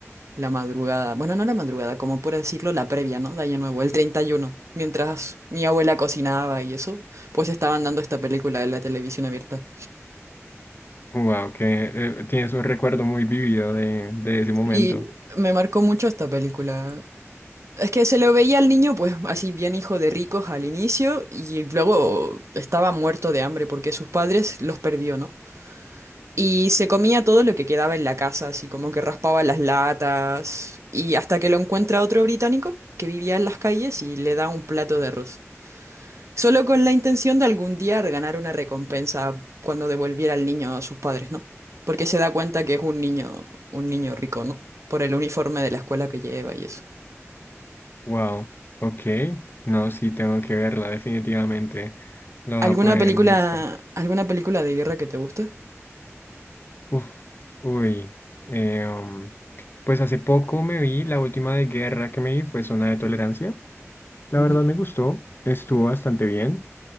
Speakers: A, on the right (about 70°); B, on the left (about 45°).
A: la madrugada. Bueno, no la madrugada, como por decirlo, la previa, ¿no? De Año Nuevo, el 31. Mientras mi abuela cocinaba y eso, pues estaban dando esta película en la televisión abierta.
B: wow, que eh, tienes un recuerdo muy vivido de, de ese momento.
A: Y me marcó mucho esta película. Es que se lo veía al niño, pues así bien hijo de ricos al inicio, y luego estaba muerto de hambre porque sus padres los perdió, ¿no? Y se comía todo lo que quedaba en la casa, así como que raspaba las latas, y hasta que lo encuentra otro británico que vivía en las calles y le da un plato de arroz. Solo con la intención de algún día ganar una recompensa cuando devolviera al niño a sus padres, ¿no? Porque se da cuenta que es un niño, un niño rico, ¿no? Por el uniforme de la escuela que lleva y eso.
B: Wow, ok. No, sí, tengo que verla, definitivamente. La
A: ¿Alguna
B: voy a poner
A: película,
B: en mi lista.
A: alguna película de guerra que te guste?
B: Uf, uy. eh, um, pues hace poco me vi, la última de guerra que me vi fue Zona de Tolerancia. La
A: Ujú.
B: verdad me gustó, estuvo bastante bien,